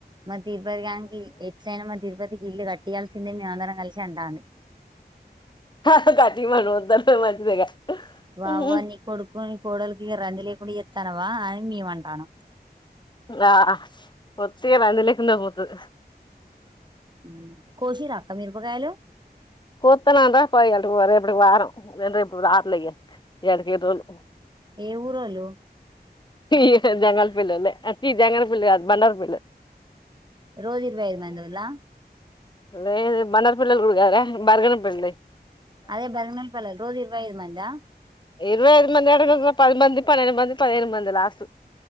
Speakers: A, on the right; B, on the left.
A: మా తిరుపతి గాన్కీ ఎట్లైనా మా తిరుపతి ఇల్లు కట్టియాల్సిందే మేమందరం కలిసి అంటాంది
B: కాస్త కట్టిమను వద్దంటే మంచిదేగా
A: వావ్వా
B: ఉమ్,
A: నీ కొడుకుని పోడల్కి ఇగ రంజలే కుండా ఎ తనవా అ మీ అంతానం
B: ఆ ఒతిగా రంది లేకుండా పో ర
A: ఉ కోషి రాక మీరు పకాయలు
B: కొత్తున్నాం రా పో ఇకి వా ఎప్పుటికి వారం రేపు రాలే ఇగా ఎడకి రలు
A: ఏ ఊర్లో
B: ఈ జంగల్ పిల్లలో చీ జంగల్ పిల్ల కాదు బండార పల్
A: రోజు ఇరవై ఐదు మందిలో
B: లేదు బన్నార పల్లలు కూడా గారా బరగన పిల్లి
A: అదే బరగన పిల్లి రోజు ఇరవై ఐదు మందా
B: ఇరవై ఐదు మంది ఎకు పది మంది పన్నెండు మంది పదిను మంది అ లాసు